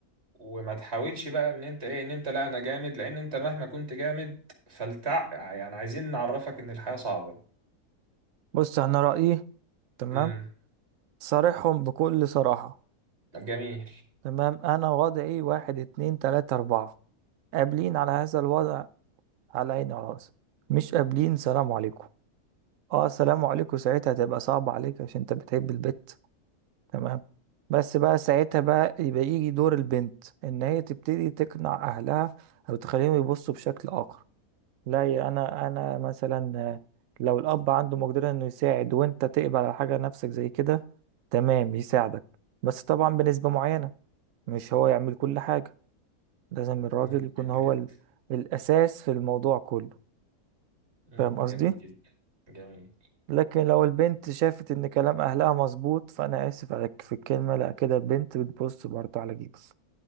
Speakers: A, on the right (about 45°); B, on the right (about 65°).
A: وما تحاولش بقى ان انت ايه ان انت لا انا جامد لان انت مهما كنت جامد فلتع يعني عايزين نعرفك ان الحياة صعبة
B: بص انا رايي تمام
A: امم
B: صارحهم بكل صراحه
A: جميل
B: تمام انا وضعي واحد اتنين تلاته اربعه قابلين على هذا الوضع على عيني وعلى راسي مش قابلين سلام عليكم اه السلام عليكم ساعتها هتبقى صعبة عليك عشان انت بتحب البت تمام بس بقى ساعتها بقى يبقى يجي دور البنت ان هي تبتدي تقنع اهلها او تخليهم يبصوا بشكل اخر لا يا انا انا مثلا آه، لو الاب عنده مقدرة انه يساعد وانت تقبل على حاجة نفسك زي كده تمام يساعدك بس طبعا بنسبة معينة مش هو يعمل كل حاجة لازم الراجل
A: مم.
B: يكون
A: جميل
B: هو
A: جدا
B: ال- الاساس في الموضوع كله
A: مم.
B: فاهم
A: جميل
B: قصدي؟
A: جدا جميل
B: لكن لو البنت شافت ان كلام اهلها مظبوط فانا اسف على في الكلمه لا كده البنت بتبص برضه على جيبك